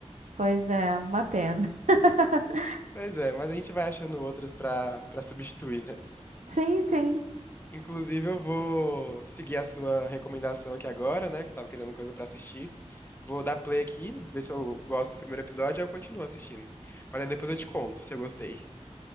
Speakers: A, on the right (about 90°); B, on the left (about 20°).
A: Pois é, uma pena. <laughs>
B: Pois é, mas a gente vai achando outras pra, pra substituir, né?
A: Sim, sim.
B: Inclusive, eu vou seguir a sua recomendação aqui agora, né? Que eu tava querendo coisa pra assistir. Vou dar play aqui, ver se eu gosto do primeiro episódio, aí eu continuo assistindo. Mas aí depois eu te conto se eu gostei.